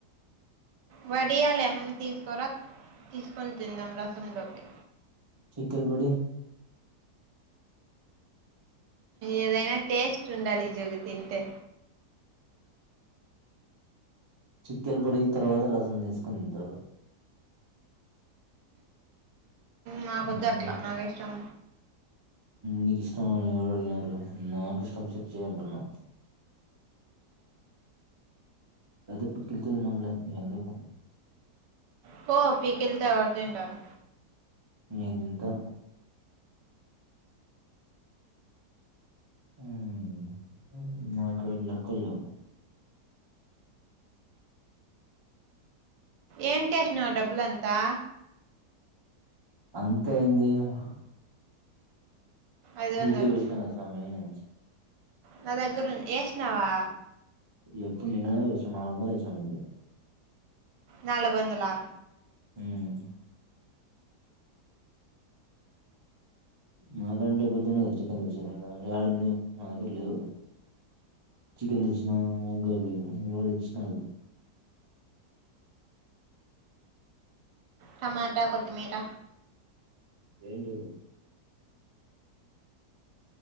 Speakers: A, on the right; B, on the right.
A: వడియాాల ఏమన్నా తీసుకోరా తీసుకుొని తిందాం రసంలోకి
B: చికల్బడి
A: ఏదైనా టేస్ట్ ఉండాలి ఈ జగుతీ ఇంతే
B: చిక్కెల పొడి తర్వాత రసం తీసుకుొని ఉంటారు
A: నాకొద్దు
B: ఉమ్
A: అట్లా నాకు ఇష్టం
B: నీకు ఇష్టం అని ఎవరు అడిగినారు నాకు ఇష్టం వచి నటు చేయంటున్నా అది పికిలుతు నమ్లే ఎందుకా
A: పో పికెలుతే వదు అంటారు
B: నేనింతే హమ్ మా కడ లెక్కలు లేవు
A: ఏం చేసినవి డబ్బు అని తా
B: అంత అయింది కదా
A: ఐదు
B: పికె
A: వందలు
B: విశ్వనాధ్ స్వామి <inaudible>
A: నా దగ్గురు ఉంది యష్ నావా
B: ఎప్పుడు నిన్న విషమాందా విషంది
A: నాలుగు వందలా
B: హమ్ నాకన్నా డబ్బులు తనే కదా చికెన్ తెచ్చిన నా కడ నా దగ్గర లేవు చికెన్ తెచ్చినాకోబీ ఇ గులిచిన
A: టమాట కొత్తిమీర
B: ఏంటిది